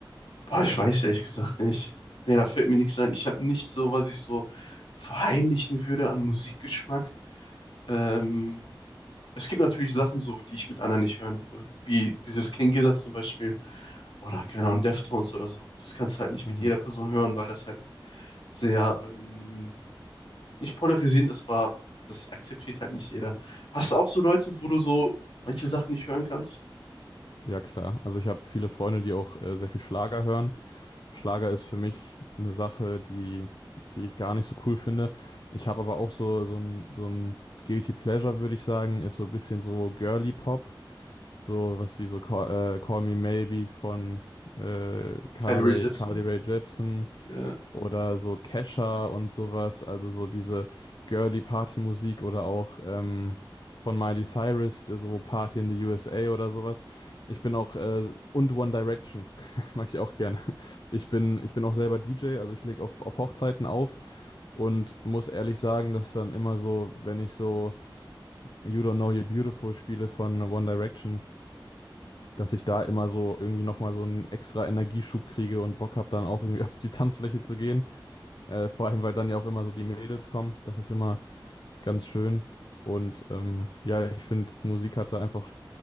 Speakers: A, on the left; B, on the left.
A: boah, ich weiß ehrlich gesagt nicht. Nee, da fällt mir nichts ein. Ich habe nicht so, was ich so verheimlichen würde an Musikgeschmack. Ähm, es gibt natürlich Sachen so, die ich mit anderen nicht hören würde. Wie dieses King Gizzard zum Beispiel oder keine Ahnung, Deftones oder so. Das kannst du halt nicht
B: mhm.
A: mit jeder Person hören, weil das halt sehr, ähm, nicht polarisierend ist, aber das akzeptiert halt nicht jeder. Hast du auch so Leute, wo du so manche Sachen nicht hören kannst?
B: Ja, klar. Also ich habe viele Freunde, die auch äh, sehr viel Schlager hören. Schlager ist für mich eine Sache, die, die ich gar nicht so cool finde. Ich habe aber auch so, so ein, so ein Guilty Pleasure, würde ich sagen, ist so ein bisschen so Girly Pop. So was wie so Call, äh, Call Me Maybe von äh, Carly,
A: Kylie Rae Jepsen?
B: Carly Rae Jepsen
A: Ja.
B: oder so Kesha und sowas, also so diese girly Party-Musik oder auch ähm, von Miley Cyrus, so Party in the USA oder sowas. Ich bin auch, äh, und One Direction, <laughs> mag ich auch gerne. Ich bin, ich bin auch selber DJ, also ich lege auf, auf Hochzeiten auf und muss ehrlich sagen, dass dann immer so, wenn ich so You Don't Know You're Beautiful spiele von One Direction, dass ich da immer so irgendwie nochmal so einen extra Energieschub kriege und Bock habe, dann auch irgendwie <laughs> auf die Tanzfläche zu gehen. Äh, vor allem, weil dann ja auch immer so die Mädels kommen. Das ist immer ganz schön. Und ähm, ja, ich finde, Musik hatte einfach